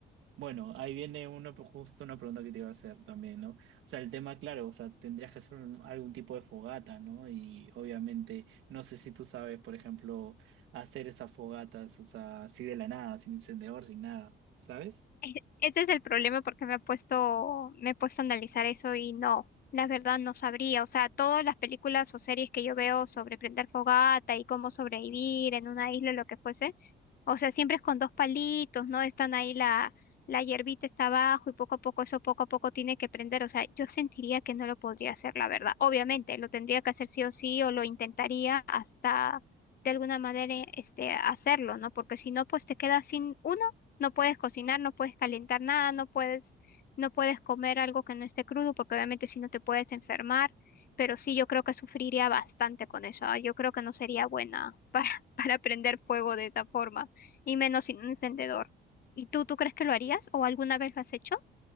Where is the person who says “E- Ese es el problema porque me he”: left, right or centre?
Left